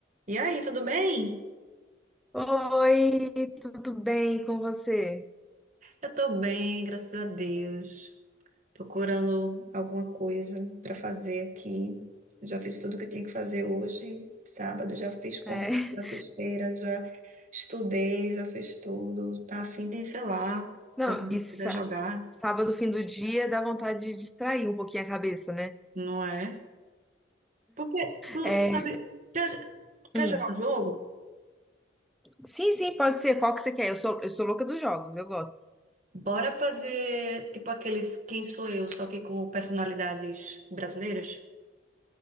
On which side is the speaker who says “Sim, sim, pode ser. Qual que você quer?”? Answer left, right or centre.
Centre